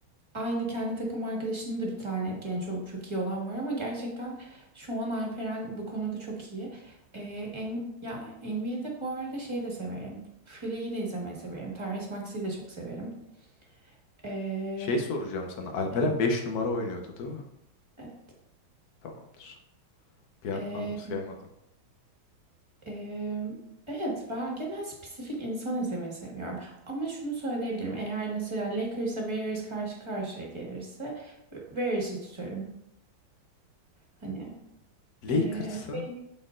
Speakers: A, on the right (about 15°); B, on the left (about 55°).
A: aynı kendi takım arkadaşının da bir tane genç olup çok iyi olan var ama gerçekten şu an Alperen bu konuda çok iyi. E, em, ya NBA'de bu arada şey de severim. Philea'yı de izlemeyi severim. Tyrese Maxey'i de çok severim. E,
B: Şey soracağım sana. Alperen
A: Evet.
B: 5 numara oynuyordu değil mi?
A: E-
B: Tamamdır. Bir an
A: e,
B: anımsayamadım.
A: e, evet ben genel spesifik insan izlemeyi seviyorum. Ama şunu söyleyebilirim. Eğer mesela Lakers'a Warriors karşı karşıya gelirse Warriors'ı tutarım. Hani
B: Lakers'a
A: e, belli,